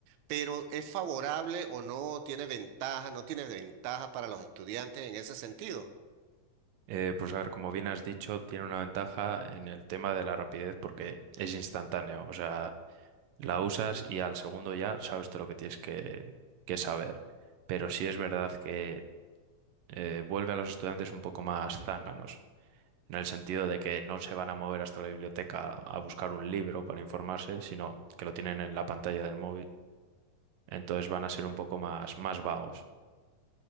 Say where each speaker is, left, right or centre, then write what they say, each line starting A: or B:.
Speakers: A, on the right (about 70°); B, on the right (about 85°).
A: Pero ¿es favorable o no tiene ventaja, no tiene ventaja para los estudiantes en ese sentido?
B: Eh, pues a ver, como bien has dicho, tiene una ventaja en el tema de la rapidez porque es instantáneo. O sea, la usas y al segundo ya sabes todo lo que tienes que, que saber. Pero sí es verdad que eh, vuelve a los estudiantes un poco más zánganos, en el sentido de que no se van a mover hasta la biblioteca a buscar un libro para informarse, sino que lo tienen en la pantalla del móvil. Entonces van a ser un poco más, más vagos.